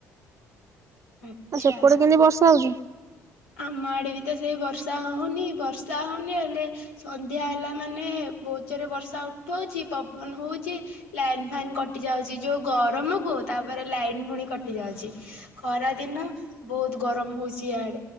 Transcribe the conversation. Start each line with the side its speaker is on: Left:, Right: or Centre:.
Left: ଆଚ୍ଛା
Right: ଆଉ ସେପଟେ କେମିତି ବର୍ଷା ହଉଚି।
Left: ଆମ ଆଡେ ବି ତ ସେଇ ବର୍ଷା ହଉନି ବର୍ଷା ହଉନି ହେଲେ ସନ୍ଧ୍ୟା ହେଲା ମାନେ ବୋଉ ଜୋରେ ବର୍ଷା ଉଠଉଛି ପବନ ହଉଛି ଲାଇନ ଫାଇନ୍ କଟି ଯାଉଛି ଯୋଉ ଗରମ କ ତାପରେ ଲାଇନ ପୁଣି କଟି ଯାଉଛି। ଖରା ଦିନ ବହୁତ୍ ଗରମ ହଉଛି ଆଡ